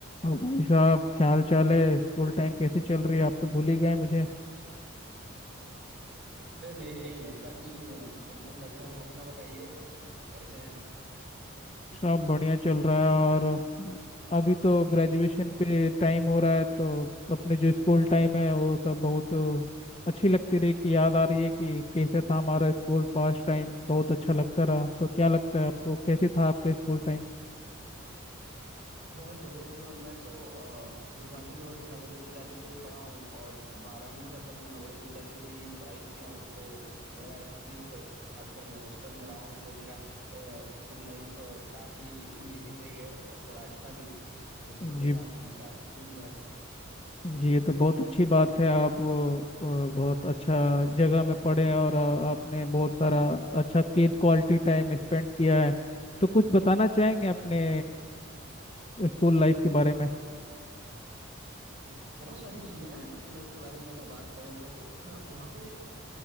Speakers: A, on the left; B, on the right.
A: और भाई साहब क्या हाल चाल है स्कूल टाइम कैसे चल रही है आप तो भूल
B: अरे
A: ही गए मुझे
B: नहीं नहीं ऐसा कुछ नहीं है एकदम बढ़िया हूँ अपना बताइए कैसे हैं
A: सब बढ़िया चल रहा है और अभी तो ग्रेजुएशन पे टाइम हो रहा है तो अपने जो स्कूल टाइम है वो सब बहुत अच्छी लगती रही कि याद आ रही है कि कैसे था हमारा स्कूल पास्ट टाइम बहुत अच्छा लगता रहा तो क्या लगता है आपको कैसे था आपका स्कूल टाइम
B: बहुत बढ़िया थी और मैं तो अ, शुरुआती दौर में नवोदय विद्यालय से ही पढ़ा हूँ और बारहवीं तक अपना नवोदय विद्यालय से ही पढ़ाई किया हूँ तो मेरा एक्सपीरियंस है खासकर मैं हॉस्टल में रहा हूँ तो मेरा अ, स्कूल लाइफ अ, काफी इंगेजिंग रही है और थोड़ा अच्छा भी दोस्तों
A: जी
B: के साथ हमेशा दिन भर
A: जी ये तो बहुत अच्छी बात है आप अ, बहुत अच्छा जगह में पढ़े और अ, आपने बहुत सारा अच्छा किड क्वालिटी टाइम स्पेंड किया है तो कुछ बताना चाहेंगे अपने
B: बिल्कुल
A: स्कूल लाइफ के बारे में
B: बहुत सारी चीजें हैं स्कूल लाइफ के बारे में अगर बात करें तो <clears throat> वहाँ पे